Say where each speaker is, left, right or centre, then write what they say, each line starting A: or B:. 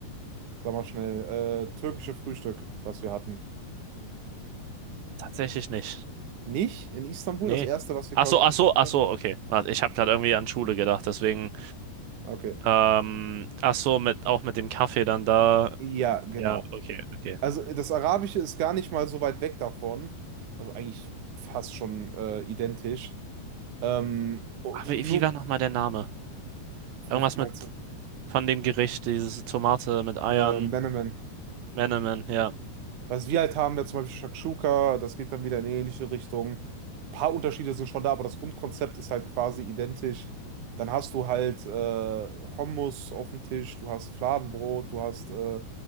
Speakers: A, on the right (about 55°); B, on the right (about 85°).
A: sag mal schnell, äh, türkische Frühstück, was wir hatten.
B: tatsächlich nicht.
A: Nicht in Istanbul,
B: Nee.
A: das erste, was wir
B: Ach
A: quasi
B: so, ach
A: gegessen
B: so, ach
A: haben?
B: so, okay. Warte, ich habe gerade irgendwie an Schule gedacht, deswegen.
A: Okay.
B: Ähm, ach so, mit, auch mit dem Kaffee dann da.
A: Ja, genau.
B: Ja, okay, okay.
A: Also das Arabische ist gar nicht mal so weit weg davon. Also eigentlich fast schon äh, identisch. Ähm, oh,
B: Ach,
A: nur,
B: wie, wie war nochmal der Name? Irgendwas
A: wovon meinst
B: mit.
A: du?
B: von dem Gericht, diese Tomate mit Eiern.
A: Äh, Menemen.
B: Menemen, ja.
A: Was wir halt haben, ja zum Beispiel Shakshuka, das geht dann wieder in eine ähnliche Richtung. Ein paar Unterschiede sind schon da, aber das Grundkonzept ist halt quasi identisch. Dann hast du halt äh, Hummus auf dem Tisch, du hast Fladenbrot, du hast äh,